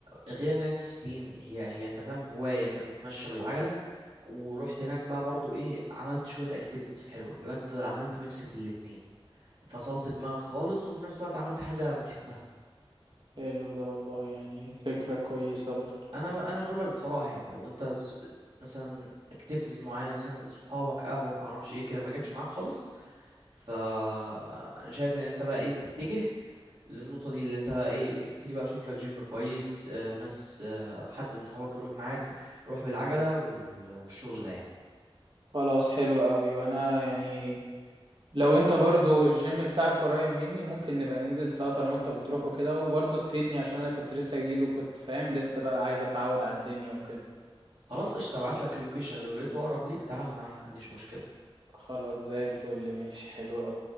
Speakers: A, on the right; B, on the right.
A: غير ان هي تسخين هي هي انت فاهم هواية انت بتمشى بالعجلة ورحت هناك بقى برضو ايه عملت شوية اكتيفيتيز حلوة يبقى انت عملت ميكس في الاتنين فصلت دماغك خالص وفي نفس الوقت عملت حاجة بتحبها
B: حلو ده والله يعني فكرة كويسة برضو
A: انا ب... انا بقول لك بصراحة يعني لو انت ز- مثلا اكتيفيتيز معينة مثلا صحابك قهوة معرفش ايه كده ما جاتش معاك خالص فانا شايف ان انت بقى ايه تتجه للنقطة دي اللي انت بقى ايه ابتدي بقى اشوف لك جيم كويس آه، ناس آه، حد من صحابك يروح معاك روح بالعجلة وال- والشغل ده يعني
B: خلاص حلو قوي وانا يعني لو انت برضو الجيم بتاعك قريب مني ممكن نبقى ننزل سوا طالما انت بتروح وكده وبرضو تفيدني عشان انا كنت لسه جديد وكنت فاهم لسه بقى عايز اتعود على الدنيا وكده
A: خلاص قشطة ابعت لك اللوكيشن لو لقيته اقرب ليك تعال معايا ما عنديش مشكلة
B: خلاص زي الفل ماشي حلو أوي